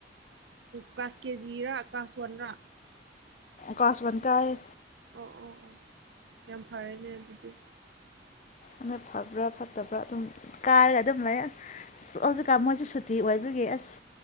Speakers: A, on the right (about 75°); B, on the left (about 40°).
A: ꯀ꯭ꯂꯥꯁ ꯀꯦꯖꯤꯔꯥ ꯀ꯭ꯂꯥꯁ ꯋꯥꯟꯔꯥ
B: ꯀꯂ꯭ꯥꯁ ꯋꯥꯟ ꯀꯥꯏꯌꯦ
A: ꯑꯣ ꯑꯣ ꯑꯣ ꯌꯥꯝ ꯐꯔꯦꯅꯦ ꯑꯗꯨꯗꯤ
B: ꯑꯗ ꯐꯕ꯭ꯔꯥ ꯐꯠꯇꯕ꯭ꯔꯥ ꯑꯗꯨꯝ ꯀꯥꯔꯒ ꯑꯗꯨꯝ ꯂꯩ ꯑꯁ ꯑ ꯍꯧꯖꯤꯛꯀꯥꯟ ꯃꯣꯏꯁꯨ ꯁꯨꯇꯤ ꯑꯣꯏꯕꯒꯤ ꯑꯁ